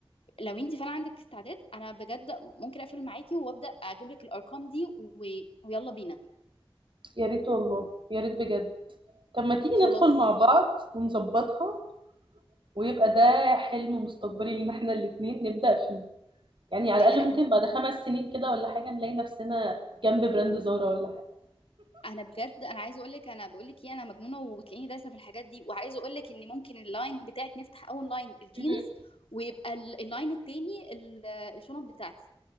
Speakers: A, on the left (about 80°); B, on the right (about 60°).
A: لو انت فعلا عندك استعداد انا بجد ممكن اقفل معاكي وابدا اجيب لك الارقام دي و... ويلا بينا
B: يا ريت والله يا ريت بجد طب ما تيجي
A: خلاص
B: ندخل مع بعض ونظبطها ويبقى ده حلم مستقبلي لينا احنا الاتنين نبدأ فيه يعني على
A: يعني
B: الأقل
A: انا
B: ممكن بعد خمس سنين كده ولا حاجة نلاقي نفسنا جنب براند زارا ولا حاجة
A: انا بجد انا عايزه اقول لك انا بقول لك ايه انا مجنونه وتلاقيني دايسه في الحاجات دي وعايزه اقول لك ان ممكن اللاين بتاعك نفتح اول لاين الجينز
B: مم.
A: ويبقى ال- اللاين التاني ال- الشنط بتاعتي